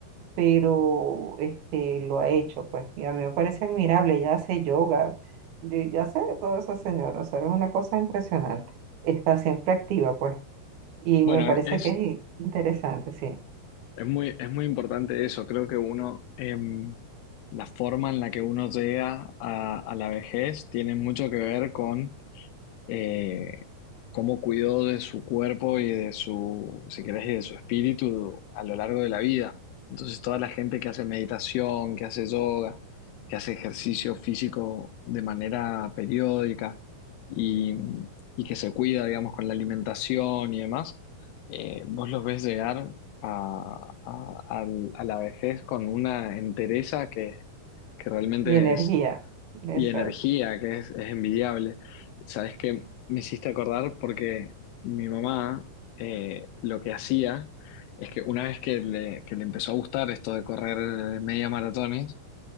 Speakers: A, on the right; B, on the left.
A: pero este, lo ha hecho, pues, y a mí me parece admirable, ella hace yoga, de- ya sabe todo esa señora, o sea, es una cosa impresionante, está siempre activa, pues, y
B: Bueno,
A: me parece
B: e- es,
A: que es interesante, sí,
B: es muy, es muy importante eso. Creo que uno, em, la forma en la que uno llega a, a la vejez tiene mucho que ver con eh, cómo cuidó de su cuerpo y de su, si querés, y de su espíritu a lo largo de la vida. Entonces, toda la gente que hace meditación, que hace yoga, que hace ejercicio físico de manera periódica y, y que se cuida, digamos, con la alimentación y demás, eh, vos los ves llegar a, a- al- a la vejez con una entereza que, que realmente
A: y energía,
B: es
A: exacto,
B: y energía, que es, es envidiable. Sabes que me hiciste acordar porque mi mamá eh, lo que hacía es que una vez que le, que le empezó a gustar esto de correr eh, media maratones,